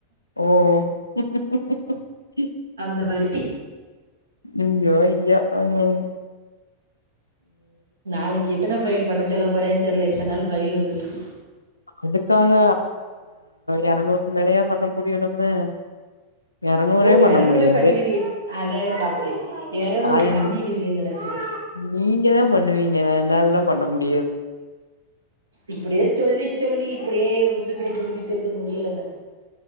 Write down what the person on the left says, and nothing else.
ஓ <inaudible>
ஜயோ ஜயோ உஹம்
அதுக்காக இருநூறு மேலையா பண்ண முடியும் நம்ம இருநூறே
பண்ண
முடியாது
அது
நீங்க தான் பண்ணுவீங்க என்னால எல்லாம் பண்ண முடியாது